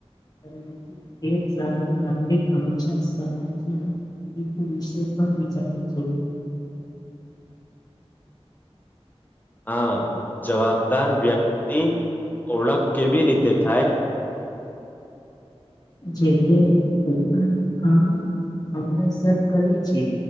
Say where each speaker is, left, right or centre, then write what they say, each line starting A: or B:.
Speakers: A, on the left; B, on the left.
A: પરંતુ એક સારું નાગરિક હંમેશા સમાજમાં હિત વિશે પણ વિચારે છે.
B: હા જવાબદાર વ્યક્તિ ઓળખ કેવી રીતે થાય?
A: જે બે પોતાના કામ સમયસર કરે છે